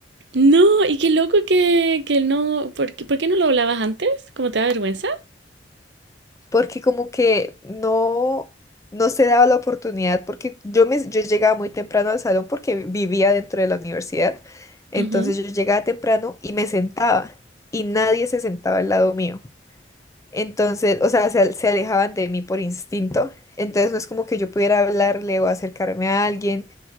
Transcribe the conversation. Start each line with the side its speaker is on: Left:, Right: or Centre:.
Right: No, y qué loco que, que no. ¿Por qué, por qué no lo hablabas antes? ¿Cómo te da vergüenza?
Left: porque como que no, no se daba la oportunidad, porque yo, me, yo llegaba muy temprano al salón porque vivía dentro de la universidad, entonces
Right: Ujú,
Left: yo llegaba temprano y me sentaba y nadie se sentaba al lado mío. Entonces, o sea, se, se alejaban de mí por instinto, entonces no es como que yo pudiera hablarle o acercarme a alguien.